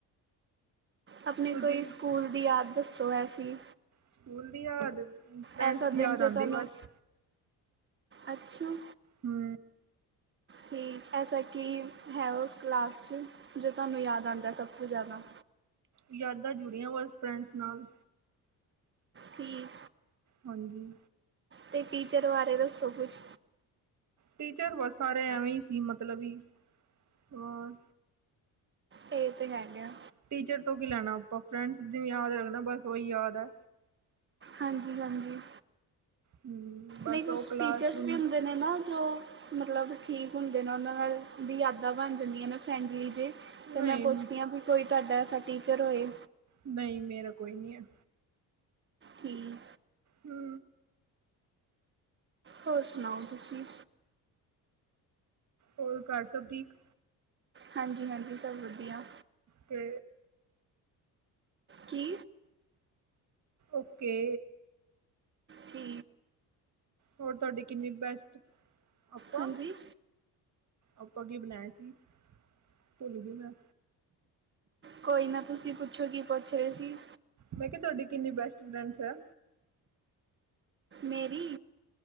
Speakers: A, on the right; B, on the right.
A: ਆਪਣੇ
B: ਤੁਸੀਂ
A: ਕੋਈ ਸਕੂਲ ਦੀ ਯਾਦ ਦੱਸੋ ਐਸੀ?
B: ਸਕੂਲ ਦੀ ਯਾਦ, ਫਰੈਂਡਸ
A: ਐਸਾ
B: ਦੀ
A: ਦਿਨ
B: ਯਾਦ
A: ਜੋ
B: ਆਂਦੀ
A: ਤੁਹਾਨੂੰ
B: ਬਸ।
A: ਅੱਛਾ।
B: ਹੂੰ
A: ਠੀਕ ਐਸਾ ਕੀ ਹੈ, ਉਸ ਕਲਾਸ ਚ ਜੋ ਤੁਹਾਨੂੰ ਯਾਦ ਆਉਂਦਾ, ਸਭ ਤੋਂ ਜ਼ਿਆਦਾ
B: ਯਾਦਾਂ ਜੁੜੀਆਂ, ਬਸ। ਫਰੈਂਡਸ ਨਾਲ
A: ਠੀਕ,
B: ਹਾਂਜੀ
A: ਤੇ ਟੀਚਰ ਬਾਰੇ ਦੱਸੋ ਕੁਛ
B: ਟੀਚਰ ਬਸ ਸਾਰੇ ਐਵੇਂ ਈ ਸੀ, ਮਤਲਬੀ। ਹੋਰ
A: ਇਹ ਤੇ ਹੈਗਾ ਆ
B: ਟੀਚਰ ਤੋਂ ਕੀ ਲੈਣਾ ਆਪਾਂ, ਫਰੈਂਡਸ ਦੀ ਵੀ ਯਾਦ ਰੱਖਣਾ, ਬਸ ਉਹਹੀ ਯਾਦ ਐ।
A: ਹਾਂਜੀ -ਹਾਂਜੀ
B: ਹਮ ਬਸ
A: ਨਹੀਂ ਕੁਛ
B: ਉਹ ਕਲਾਸ
A: ਟੀਚਰਸ
B: ਹੁਣ
A: ਵੀ ਹੁੰਦੇ ਨੇ ਨਾ ਜੋ ਮਤਲਬ ਠੀਕ ਹੁੰਦੇ ਨੇ ਉਹਨਾਂ ਨਾਲ ਦੀ ਯਾਦਾ ਬਣ ਜਾਂਦੀਆ ਨੇ ਫਰੈਂਡਲੀ ਜੇ ਤੇ
B: ਨਹੀਂ
A: ਮੈਂ ਪੁੱਛਦੀ ਹਾਂ, ਵੀ ਕੋਈ ਤੁਹਾਡਾ ਐਸਾ ਟੀਚਰ ਹੋਏ
B: ਨਹੀਂ, ਮੇਰਾ ਕੋਈ ਨਹੀਂ ਹੈ।
A: ਠੀਕ
B: ਹੂ
A: ਹੋਰ ਸੁਣਾਓ ਤੁਸੀਂ
B: ਹੋਰ ਕਾਰ ਸਭ ਠੀਕ?
A: ਹਾਂਜੀ -ਹਾਂਜੀ ਸਭ ਵਧੀਆ
B: ਤੇ
A: ਕੀ
B: ਓਕੇ
A: ਠੀ
B: ਹੋਰ ਤੁਹਾਡੀ ਕਿੰਨੀ ਬੈਸਟ, ਆਪਾਂ
A: ਹਾਂਜੀ
B: ਆਪਾਂ ਕੀ ਬਣਾਆ ਸੀ, ਭੁੱਲ ਗੀ ਮੈਂ।
A: ਕੋਈ ਨਾ, ਤੁਸੀਂ ਪੁੱਛੋ ਕੀ ਪੁੱਛ ਰਹੇ ਸੀ।
B: ਮੈਂ ਕਿਹਾ, ਤੁਹਾਡੀ ਕਿੰਨੀ ਬੈਸਟ ਫਰੈਂਡਸ ਹੈ।
A: ਮੇਰੀ